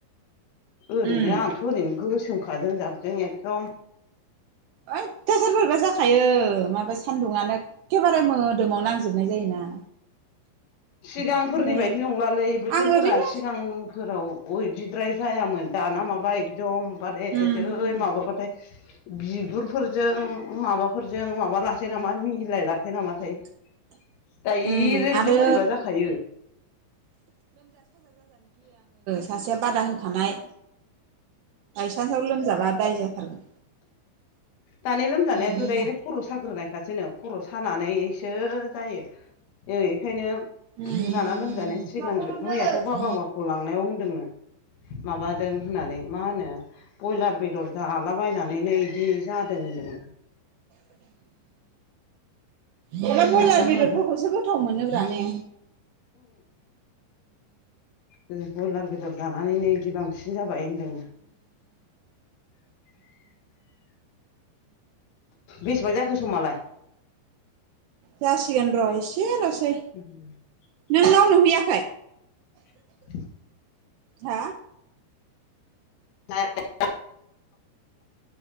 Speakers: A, on the left; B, on the right.
A: ओरैनो
B: उम
A: आंथ' ओरैनो गोसोमखाजों जाबदों एखदम
B: अयथासार बोरैबा जाखायो माबा सान्दुंङनो एखेबारे मोदोमाव नांजोब जोबनाय जायोना।
A: सिगांफोरनि
B: ओमफ्राय
A: बायदि नंलालै बोथोरफोरा
B: आं ओरैनो
A: सिगांफोराव उइदिद्राय जायामोन दाना माबा एकदमबारे
B: उम
A: जै माबाबाथाय बिगुरफोरजों माबाफोरजों माबा लासै नामा मिलाय लासै नामाथाय?
B: <unintelligible>
A: दायरेगलि
B: उम आरो
A: बोरैबा ए
B: सासे बादा होखानाय। बाइसान्साव लोमजाबा दाय जाथारगोन।
A: दानि लोमजानायाथ'
B: नि
A: दडायरेक्ट खर' साग्रोनायखासो नो खर' सानानैसो जायो ओ बेखायनो
B: थाखायबो
A: दाना लोमजानाया सिगांग
B: अनला
A: मैयाथ' बाबामोनखौ लांनायाव होनदोंनो माबादों होननानै मा होनो बयलार बेदर जा जालाबायनानै बिनो बिदि जादों होनदों।
B: मा बयलार
A: जाग्राफ्रा
B: बेदरफोरखौसो गोथाव मोनोब्रा ने?
A: जों बयलार बेदर जानानैनो इदि बांसिन जाबाय होनदों। बेसेबां जाखो समालाय?
B: जासिगान र' एसे
A: <unintelligible>
B: नोंनाव नुहैयाखै?
A: <unintelligible>
B: हा?
A: <unintelligible>